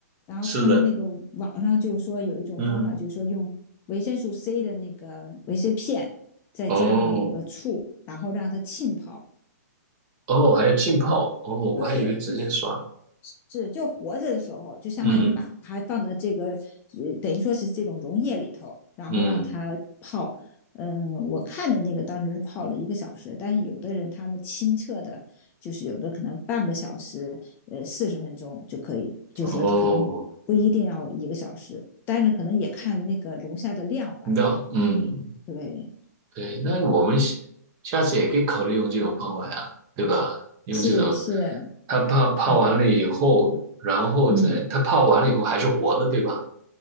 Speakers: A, on the left; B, on the right.
A: 然后他们那个网上就说有一种方法，
B: 是的，嗯，
A: 就是说用维生素 C 的那个维 C 片，再加上那个醋，
B: 哦
A: 然后让它浸泡。
B: 哦，还有浸泡，哦，我还以为直接刷，
A: 对，就是是，就活着的时候，就相当于把它放到这个，
B: 嗯
A: 呃，等于说是这种溶液里头，然后让它泡。
B: 嗯。
A: 嗯，我看的那个当时是泡了一个小时，但是有的人他们清澈的，就是有的可能半个小时，呃，四十分钟就可以，就说他可能不一定要一个小时，
B: 哦，
A: 但是可能也看那个龙虾的量吧。
B: 那嗯，
A: 对，
B: 对，那我们下下次也可以考虑用这种方法呀，对吧？用这种，
A: 是是，
B: 他泡泡完了以后，
A: 嗯
B: 然后再他泡完了以后还是活的，
A: 嗯。
B: 对吧？